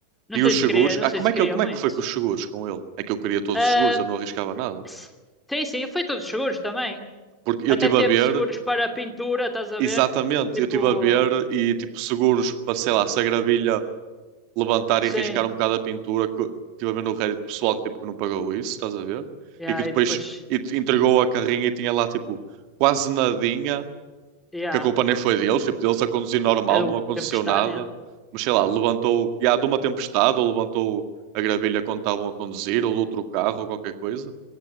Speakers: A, in the centre; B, on the right.
A: não
B: E
A: sei
B: os
A: se
B: seguros,
A: queria, não
B: ah,
A: sei
B: como
A: se
B: é
A: queria
B: que, eu- como
A: muito.
B: é que foi com os seguros com ele? É que eu queria todos
A: Ah,
B: os seguros, eu não arriscava nada.
A: s- sim, sim, foi todos seguros também.
B: Porque
A: Até
B: eu estive
A: teve
B: a ver,
A: seguros para pintura, estás a
B: exatamente,
A: ver? Tipo,
B: eu estive a ver e tipo seguros para, sei lá, se a gravilha levantar
A: sim.
B: e riscar um bocado a pintura, que estive a ver no Reddit pessoal que tipo que não pagou isso, estás a ver?
A: Yeah,
B: E que depois
A: e depois,
B: e- entregou a carrinha e tinha lá tipo quase nadinha
A: yeah,
B: que a culpa nem foi deles, tipo, deles a conduzir normal,
A: era
B: não
A: o
B: aconteceu
A: Tempestade,
B: nada,
A: yeah.
B: mas sei lá, levantou, e há de uma tempestade, ou levantou a gravilha quando estavam a conduzir, ou de outro carro, ou qualquer coisa,